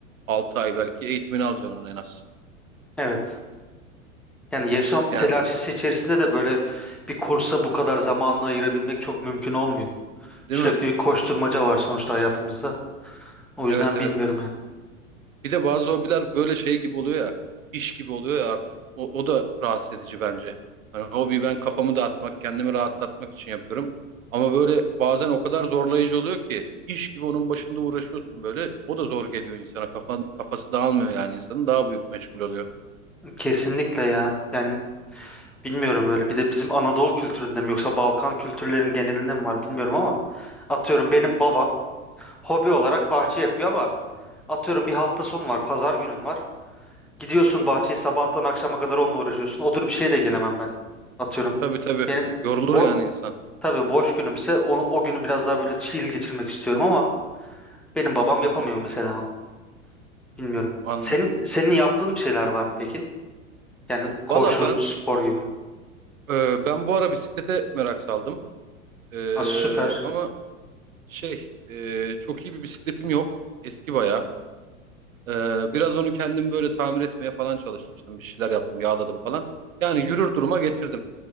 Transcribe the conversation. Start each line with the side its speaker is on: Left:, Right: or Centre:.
Right: Altı ay belki eğitimini alacaksın onun en az.
Centre: Evet. Yani yaşam
Right: Yani
Centre: telaşesi içerisinde de böyle bir kursa bu kadar zamanını ayırabilmek çok mümkün olmuyor.
Right: değil
Centre: Sürekli
Right: mi?
Centre: bir koşturmaca var sonuçta hayatımızda. O
Right: Evet
Centre: yüzden
Right: evet.
Centre: bilmiyorum yani.
Right: Bir de bazı hobiler böyle şey gibi oluyor ya, iş gibi oluyor ya artık. O, o da rahatsız edici bence. Hani hobi ben kafamı dağıtmak, kendimi rahatlatmak için yapıyorum. Ama böyle bazen o kadar zorlayıcı oluyor ki iş gibi onun başında uğraşıyorsun böyle. O da zor geliyor insana. Kafan, kafası dağılmıyor yani insanın. Daha büyük meşgul oluyor.
Centre: Kesinlikle ya. Yani bilmiyorum böyle. Bir de bizim Anadolu kültüründe mi yoksa Balkan kültürlerinin genelinde mi var bilmiyorum ama atıyorum benim babam hobi olarak bahçe yapıyor ama atıyorum bir hafta sonu var, pazar günün var. Gidiyorsun bahçeyi sabahtan akşama kadar onunla uğraşıyorsun. Otur bir şey de gelemem ben. Atıyorum.
Right: Tabii tabii.
Centre: Benim
Right: Yorulur
Centre: bo
Right: yani insan.
Centre: tabii boş günümse o, o günü biraz daha böyle chill geçirmek istiyorum ama benim babam
Right: Hı
Centre: yapamıyor
Right: hı,
Centre: mesela onu. Bilmiyorum.
Right: anladım.
Centre: Senin senin yaptığın bir şeyler var mı peki? Yani koşu,
Right: Valla ben
Centre: spor gibi.
Right: e, ben bu ara bisiklete merak saldım. E,
Centre: Ha, süper.
Right: ama şey e, çok iyi bir bisikletim yok. Eski bayağı. Ee, biraz onu kendim böyle tamir etmeye falan çalıştım. Bir şeyler yaptım, yağladım falan. Yani yürür duruma getirdim.